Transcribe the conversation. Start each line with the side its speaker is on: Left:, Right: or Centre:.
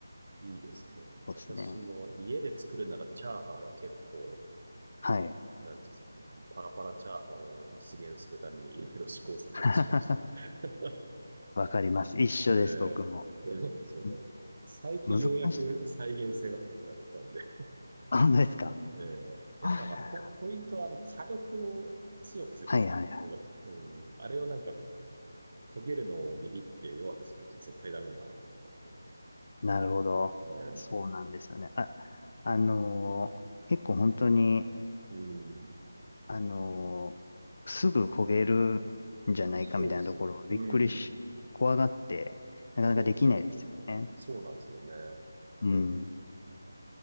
Right: いいですね。
Left: そうですね。
Right: 私も家で作るならチャーハンは結構、
Left: はい。
Right: なんていうんですかね。パラパラチャーハンを実現するためにいろいろ試行錯誤しましたね。
Left: <laughs>
Right: <laughs>
Left: わかります。一緒です、
Right: ええでもそうだね。
Left: 僕も。む
Right: 最近ようやく再現性が高くなってきたんで、
Left: 難しい。あ、本当ですか
Right: ええやっぱなんかポ、
Left: はい
Right: ポイントはあの火力を強くするってところ、
Left: はいはい。
Right: うん、あれをなんか焦げるのをビビって弱くすると絶対ダメだなと思ったんで、
Left: なるほど。
Right: ええ
Left: そうなんですよね。あ、あのー結構本当に、
Right: うん、
Left: あのーすぐ焦げるんじゃないかみたいなところをびっくりし、
Right: そうですね。うん、
Left: 怖がって、なかなかできないですよね。
Right: そうですよね。そうなんですよね。
Left: うん。
Right: うん